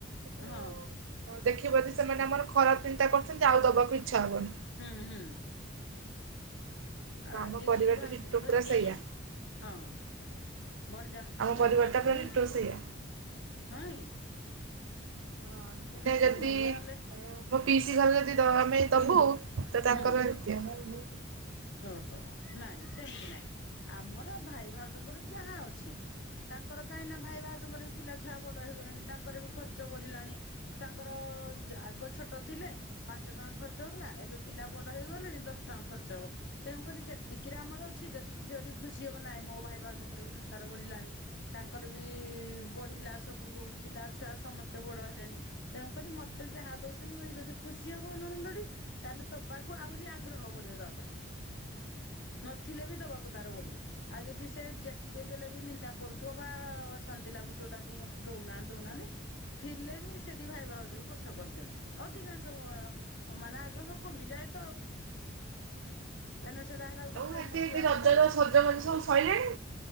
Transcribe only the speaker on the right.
କିନ୍ତୁ
ଦେଖିବ ଯଦି ସେମାନେ ଆମର ଖରାପ ଚିନ୍ତା କରୁଛନ୍ତି, ଆଉ ଦବାକୁ ଇଚ୍ଛା ହବନି।
ତ
ଆମ ପରିବାରଟା
ଡିଟୋ
ପୁରା ସେଇଆ
ଆମ
ପରିବାରଟା
ପୁରା ଡିଟୋ ସେଇଆ।
ହଁ ମାନେ
ଯଦି
ମୋ ପିଇସି ଘର ଯଦି ଆମେ ଦବୁ ତ ତାଙ୍କର
ଏନତିଆ <unintelligible>
ଆଉ
ଏମିତି ଏଠି
ରଜର
ସଜବାଜ ସବୁ ସଇଲାଣି?